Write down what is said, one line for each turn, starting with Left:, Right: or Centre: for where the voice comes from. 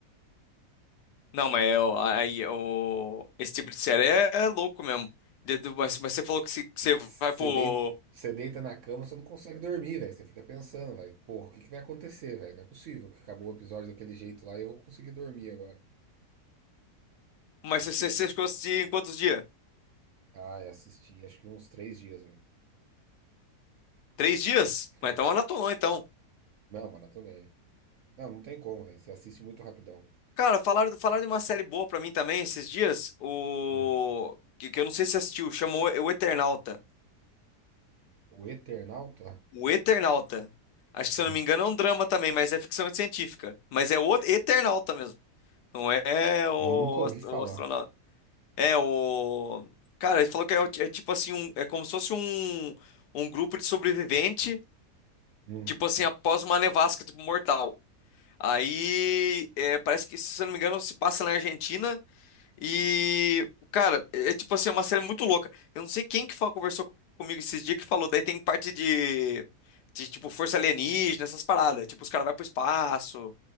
Left: Não, mas é, o- aí, o, esse tipo de série é, é louco mesmo. De- do- Mas, mas você falou que se- que você
Right: Você
Left: vai pro,
Right: deita, você deita na cama, você não consegue dormir, velho. Você fica pensando, velho, porra, o que que vai acontecer, velho? Não é possível que acabou o episódio daquele jeito lá e eu vou conseguir dormir agora.
Left: Mas você, você você ficou assistindo em quantos dias?
Right: Ah, eu assisti, acho que uns três dias, velho.
Left: Três dias?
Right: <laughs>
Left: Mas
Right: É.
Left: então maratonou, então.
Right: Não, maratonei. Não, não tem como, velho. Você assiste muito rapidão.
Left: Cara, falaram, falaram de uma série boa pra mim também esses dias. O...
Right: Hum.
Left: Que, que eu não sei se assistiu. Chamou O Eternauta.
Right: O Eternauta?
Left: O Eternauta. Acho que, se
Right: <laughs>
Left: eu não me engano, é um drama também, mas é ficção científica. Mas é o Eternauta mesmo. Não é, é o,
Right: Nunca ouvi
Left: ast-
Right: falar.
Left: o astronauta. É o... Cara, ele falou que é, o- é tipo assim, um, é como se fosse um, um grupo de sobrevivente,
Right: Hum.
Left: tipo assim, após uma nevasca, tipo, mortal. Aí, é, parece que, se eu não me engano, se passa na Argentina e, cara, é é tipo assim, é uma série muito louca. Eu não sei quem que falou, conversou comigo esses dias que falou, daí tem parte de, de tipo, força alienígena, essas paradas. Tipo, os caras vão pro espaço.